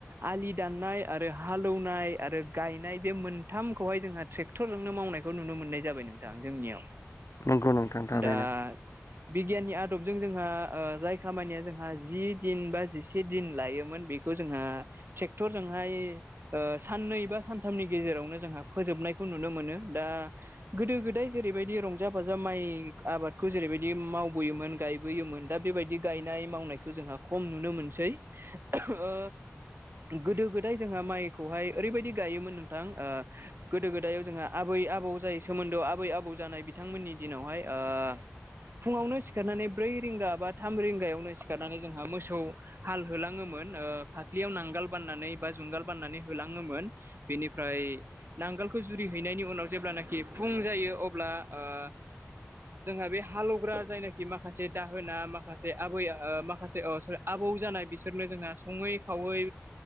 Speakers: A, on the right; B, on the left.
A: आलि दाननाय आरो हालेवनाय आरो गायनाय बे मोनथामखौहाय जोंहा ट्रेक्टरजोंनो मावनायखौ नुनो मोननाय जाबाय नोंथां जोंनियाव।
B: नंगौ नोंथां थारैनो
A: दा बिगियाननि आदबजों जोंहा जाय खामानिया जोंहा जि दिन बा जिसे दिन लायोमोन बेखौ जोंहा ट्रेक्टरजोंहाय साननै बा सानथामनि गेजेरावनो जोंहा फोजोबनायखौ नुनो मोनो गोदो गोदाय जेरैबायदि रंजा बाजा जा माइ आबादखौ जेरैबायदि मावबोयोमोन गायबोयोमोन दा बेबायदि गायनाय मावनायखौ जोंहा खम नुनो मोनसै ओ गोदो गोदाय जोंहा माइखौहाय ओरैबायदि गायोमोन नोंथां गोदो गोदायायाव जोंहा आबै आबौ जाय सोमोन्दोआव आबै आबौ जानाय बिथांमोननि दिनावहाय ओ फुङावनो सिखारनानै ब्रै रिंगा बा थाम रिंगायावनो सिखारनानै जोंहा मोसौ हाल होलाङोमोन। फाफ्लियाव नांगोल बाननानै बा जुंगाल बाननानै होङोमोन बेनिफ्राय नांगोलखौ जुरिहैनायनि उनाव जेब्लानखि फुं जायो अब्ला ओ जोंहा बे हालेवग्रा जायनाखि माखासे दाहोना माखासे आबै माखासे आबौ जानाय बिसोरनो जोंहा सङै खावै